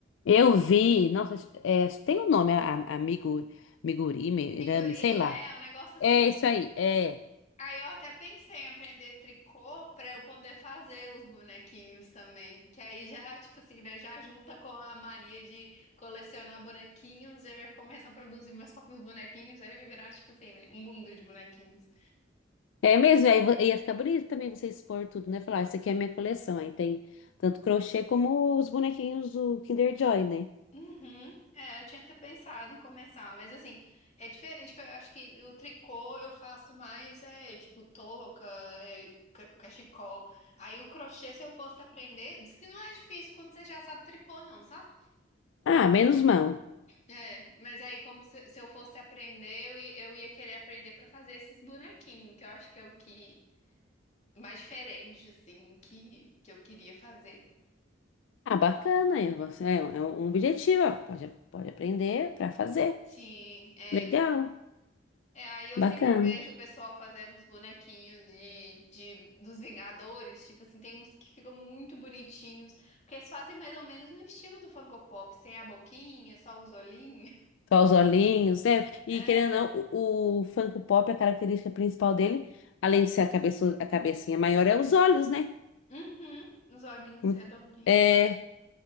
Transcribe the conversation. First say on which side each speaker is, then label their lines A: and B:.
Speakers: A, on the left; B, on the left.
A: Eu vi. Nossa, é, tem um nome, a- a- amigo, migurumi,
B: Miguri,
A: irame, sei lá.
B: é, um negócio assim.
A: É isso aí, é.
B: Aí eu até pensei em aprender tricô pra eu poder fazer os bonequinhos também. Que aí já, tipo assim, né, já junta com a mania de colecionar bonequinhos, eu começo a produzir meus próprios bonequinhos, aí vai virar, tipo assim, né, um mundo de bonequinhos.
A: É mesmo, aí vo- ia ficar bonito também você expor tudo, né? Falar, "Ah, isso aqui é a minha coleção. Aí tem tanto crochê como os bonequinhos do Kinder Joy, né?
B: Uhum. É, eu tinha até pensado em começar, mas assim, é diferente que eu acho que o tricô eu faço mais é tipo touca, é, ca- cachecol. Aí o crochê, se eu fosse aprender, diz que não é difícil quando você já sabe tricô, não, sabe?
A: Ah, menos mão.
B: É, mas aí como se, se eu fosse aprender, eu, i- eu ia querer aprender pra fazer esses bonequinhos, que eu acho que é o que mais diferente assim que que eu queria fazer.
A: Ah, bacana, aí você- é, é um objetivo, ó. Pode, pode aprender para fazer.
B: Sim, é.
A: Legal,
B: É, aí eu
A: bacana.
B: sempre vejo o pessoal fazendo os bonequinhos de, de- dos Vingadores, tipo assim, tem uns que ficam muito bonitinhos, porque eles fazem mais ou menos no estilo do Funko Pop, sem a boquinha, só os olhinhos. <laughs>
A: Só os olhinhos, né?
B: É,
A: E querendo ou não, o, o Funko Pop, é a característica principal dele, além de ser a cabeça, a cabecinha maior, é os olhos, né?
B: uhum, os olhinhos
A: Hum,
B: redondinhos,
A: É.